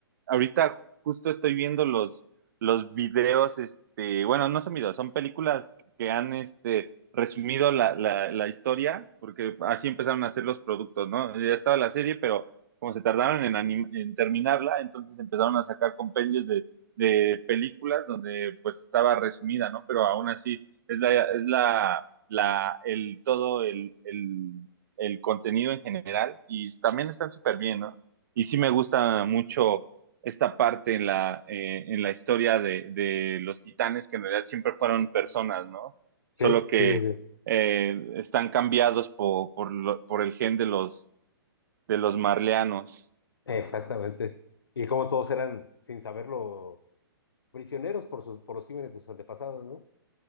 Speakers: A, on the right (about 55°); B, on the left (about 75°).
A: ahorita justo estoy viendo los, los videos, este, bueno, no son videos, son películas que han este, resumido la, la, la historia, porque así empezaron a hacer los productos, ¿no? Ya estaba la serie, pero como se tardaron en, anim- en terminarla, entonces empezaron a sacar compendios de, de películas donde pues estaba resumida, ¿no? Pero aún así es la, es la, la, el, todo el, el el contenido en general y también están súper bien, ¿no? Y sí me gusta mucho esta parte en la, eh, en la historia de, de, los titanes, que en realidad siempre fueron personas, ¿no?
B: Sí,
A: Solo que
B: sí, sí, sí.
A: eh, están cambiados por, por, lo, por, el gen de los, de los marleanos.
B: Exactamente. Y como todos eran, sin saberlo, prisioneros por sus, por los crímenes de sus antepasados, ¿no?